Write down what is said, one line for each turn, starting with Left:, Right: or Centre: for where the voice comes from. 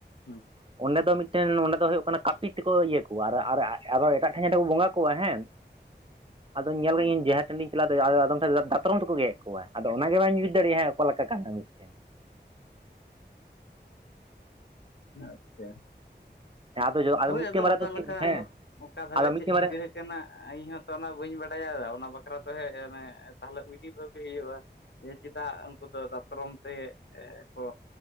Left: ᱦᱩᱸ ᱾
Right: ᱚᱸᱰᱮ ᱫᱚ ᱢᱤᱫᱴᱮᱱ, ᱚᱸᱰᱮ ᱫᱚ ᱦᱩᱭᱩᱜ ᱠᱟᱱᱟ, ᱠᱟᱹᱯᱤ ᱛᱮᱠᱚ, ᱤᱭᱟᱹ ᱠᱚᱣᱟ ᱟᱨ ᱟᱨᱚ, ᱮᱴᱟᱜ ᱴᱷᱮᱱ, ᱠᱚ ᱵᱚᱸᱜᱟ ᱠᱚᱣᱟ ᱦᱮᱸ ᱾
Left: <unintelligible>
Right: ᱟᱫᱩᱧ ᱧᱮᱞ ᱜᱤᱧ ᱡᱟᱦᱮᱨ ᱴᱷᱮᱱᱤᱧ ᱪᱟᱞᱟᱣ ᱫᱟᱲᱮᱭᱟᱜ-ᱟ, ᱟᱫᱚᱢ ᱫᱟᱛᱨᱚᱢ ᱛᱮᱠᱚ ᱜᱮᱫ ᱠᱚᱣᱟ, ᱟᱫᱚ ᱚᱱᱟ ᱜᱮ ᱵᱟᱹᱧ ᱵᱩᱡᱽ ᱫᱟᱲᱮᱭᱟᱜᱼᱟ, ᱚᱠᱟ ᱞᱮᱠᱟ ᱠᱟᱱᱟ, ᱢᱤᱫᱴᱮᱱ
Left: ᱟᱪᱼᱪᱟ ᱾
Right: ᱦᱮᱸ ᱟᱫᱚ
Left: ᱦᱚᱭ
Right: ᱢᱤᱫᱴᱮᱱ
Left: ᱟᱫᱚ,
Right: ᱵᱟᱨᱭᱟ
Left: ᱚᱠᱟ
Right: ᱫᱚ
Left: ᱞᱮᱠᱟ?
Right: ᱦᱮᱸ
Left: ᱚᱦ, ᱚᱠᱟ ᱫᱷᱟᱨᱮ,
Right: ᱟᱫᱚ ᱢᱤᱫᱴᱮᱱ
Left: ᱪᱮᱫ ᱪᱤᱠᱟ
Right: ᱵᱟᱨᱭᱟ
Left: ᱟᱠᱟᱱᱟ ᱾ ᱠᱮᱱᱟ, ᱤᱧ ᱦᱚᱸ ᱛᱚ, ᱚᱱᱟ ᱵᱟᱹᱧ ᱵᱟᱰᱟᱭᱟ, ᱚᱱᱟ ᱵᱟᱠᱷᱨᱟ ᱛᱮ, ᱚᱦᱮ ᱚᱱᱮ ᱛᱟᱦᱚᱞᱮ, ᱩᱭᱦᱤ ᱵᱷᱟᱹᱵᱤ ᱦᱩᱭᱩᱜ-ᱟ ᱾ ᱡᱮ, ᱪᱮᱫᱟᱜ? ᱩᱱᱠᱩ ᱫᱚ ᱫᱟᱛᱨᱚᱢ ᱛᱮ, ᱮᱻ ᱠᱚ